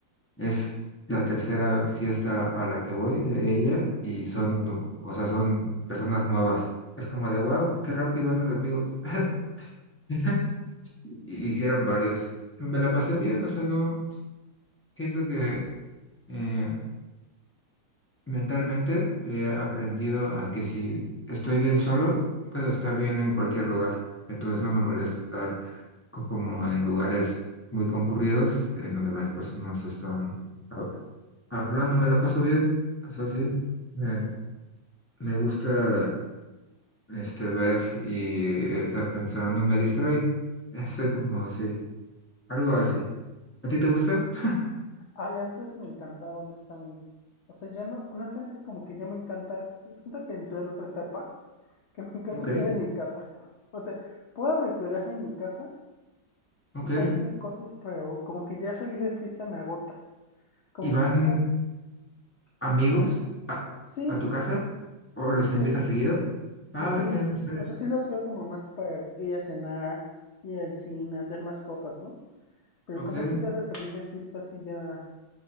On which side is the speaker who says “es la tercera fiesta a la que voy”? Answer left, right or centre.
Left